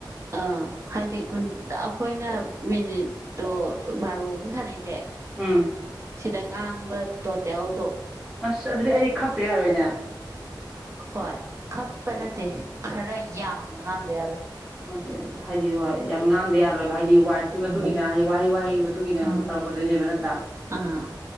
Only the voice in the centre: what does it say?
ꯎꯝ
ꯑꯁ ꯑꯗꯨꯗꯤ ꯑꯩ ꯈꯞꯇ ꯌꯥꯔꯣꯏꯅꯦ
ꯑꯣꯀꯦ ꯍꯥꯏꯗꯤ ꯍꯣꯏ ꯌꯥꯝ ꯉꯥꯡꯗ ꯌꯥꯔꯣꯏ ꯍꯥꯏꯗꯤ ꯋꯥꯔꯗꯀꯤ ꯃꯇꯨꯡ
ꯍꯥꯏꯗꯤ ꯋꯥꯍꯩ ꯋꯥꯍꯩꯒꯤ ꯃꯇꯨꯡ ꯃꯇꯨꯡꯏꯟꯅ
ꯇꯧꯔꯛꯀꯗꯣꯏꯅꯦꯕ ꯅꯠꯇ꯭ꯔꯥ